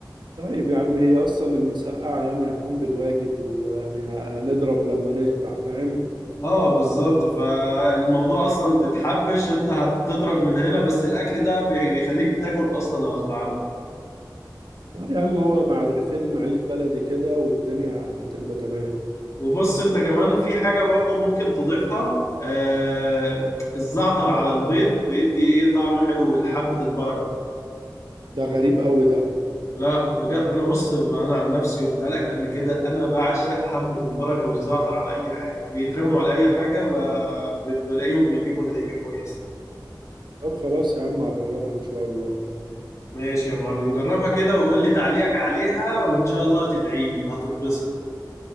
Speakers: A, on the right; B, on the left.
A: طيب يا عم هي اصلا المسقعة يعني هتقوم بالواجب ويعني ه- هنضرب لما نشبع فاهم
B: اه بالظبط فالموضوع اصلا بتحبش انت هتضرب من هنا بس الاكل ده بي- بيخليك بتاكل اصلا غصب عنك
A: اه يا عم هو مع رغيفين عيش بلدي كده والدنيا هتبقى تمام
B: وبص انت كمان في حاجة برضو ممكن تضيفها آه الزعتر على البيض بيدي ايه طعم حلو لحبة البركة
A: ده غريب قوي ده
B: لا بجد انا بص بما انا عن نفسي قلتها لك قبل كده انا بعشق حبة البركة والزعتر على اي حاجة بيترموا على اي حاجة ب- ب- بلاقيهم بيجيبوا نتيجة كويسة
A: طب خلاص يا عم هجربها ان شاء الله
B: ماشي يا معلم جربها كده وقول لي تعليقك عليها وان شاء الله هتدعي لي وهتتبسط